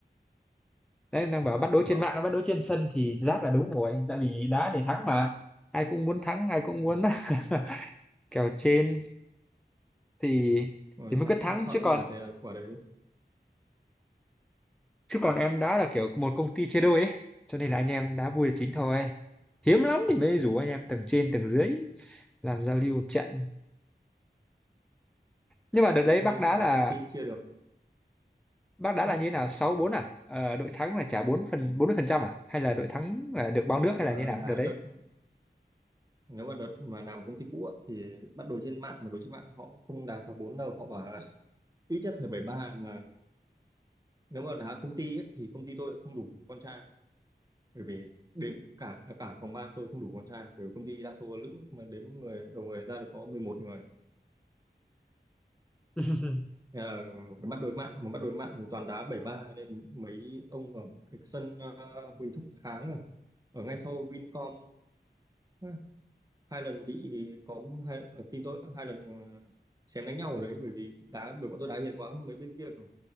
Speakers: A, in the centre; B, on the right.
A: đấy đang bảo bắt đấu
B: sợ
A: trên mạng bắt đấu trên sân thì rát là đúng rồi tại vì đá để thắng mà ai cũng muốn thắng ai cũng muốn
B: ừ.
A: <laughs> kèo trên thì
B: Rồi
A: thì mới
B: đá
A: cứ thắng
B: xong sợ
A: chứ còn
B: luôn mà thế là quả đấy
A: chứ còn em đá là kiểu một công ty chia đôi ấy cho nên là anh em đá vui là chính thôi hiếm lắm thì mới rủ anh em
B: ừ.
A: tầng trên tầng dưới làm giao lưu một trận nhưng mà đợt
B: thế
A: đấy
B: thì
A: bác
B: hay
A: đá
B: đá
A: là
B: công ty chia được
A: bác đá
B: ừ.
A: là như thế nào sáu bốn à Ờ, đội thắng là trả bốn phần bốn mươi phần trăm à hay là đội thắng là được bao nước
B: nhưng
A: hay là
B: mà
A: như thế nào
B: đá
A: đợt đấy
B: đợt nếu mà đợt mà làm ở công ty cũ á, thì bắt đầu trên mạng mà đối trên mạng họ không đá sáu bốn đâu họ bảo là ít nhất phải bảy ba mà nếu mà đá công ty ấy, thì công ty tôi lại không đủ con trai bởi vì đến cả à, cả phòng ban tôi không đủ con trai bởi vì công ty đa số là nữ mà đếm người đầu người ra được có 11 người
A: <laughs>
B: Thế là cái bắt đối mạng mà bắt đối mạng thì toàn đá bảy ba nên mấy ông ở cái sân ờ, Huỳnh Thúc Kháng à, ở ngay sau Vincom á, hai lần bị có hai ở team tôi hai lần ờ, xém đánh nhau ở đấy bởi vì đá bởi bọn tôi đá hiền quá mấy bên kia kiểu